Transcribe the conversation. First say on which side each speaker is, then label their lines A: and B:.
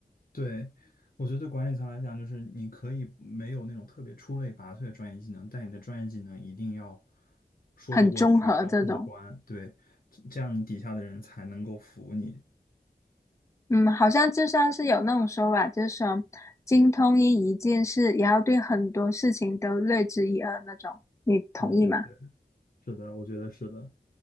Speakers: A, on the left (about 60°); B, on the left (about 15°).
A: 对，我觉得对管理层来讲，就是你可以没有那种特别出类拔萃的专业技能，但你的专业技能一定要说得过去，
B: 很综合这种。
A: 一定要过关。对，这这样你底下的人才能够服你。
B: 嗯，好像就像是有那种说法，就是说精通一一件事，也要对很多事情都略知一二那种。你同意吗？
A: 对对对，是的，我觉得是的。